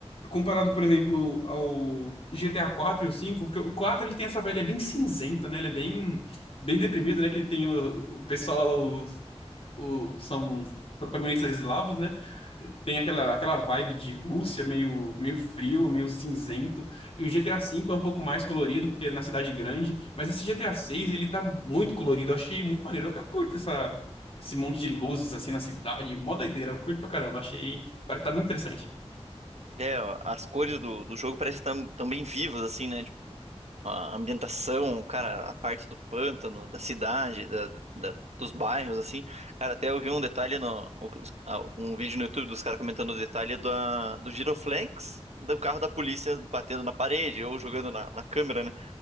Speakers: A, on the left; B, on the right.
A: comparado, por exemplo, ao GTA 4 e o 5, porque o 4 ele tem essa vibe, ele é bem cinzento, né? Ele é bem, bem deprimido, né? Que tem o, o pessoal lá, o- são protagonistas eslavos, né? Tem aquela, aquela vibe de Rússia, meio, meio frio, meio cinzento. E o GTA V é um pouco mais colorido, porque é na cidade grande. Mas esse GTA VI, ele tá muito colorido. Eu achei muito maneiro. Eu, eu curto essa, esse monte de luzes, assim, na cidade. Mó doideira. Eu curto pra caramba. Achei... Parece tá muito interessante.
B: É, ó, as cores do, do jogo parecem tão, tão bem vivas, assim, né? Tipo, a ambientação, cara, a parte do pântano, da cidade, da, da- dos bairros, assim. Cara, até eu vi um detalhe, no, os- ah, um vídeo no YouTube dos caras comentando o detalhe da, do Giroflex, do carro da polícia batendo na parede ou jogando na, na câmera, né?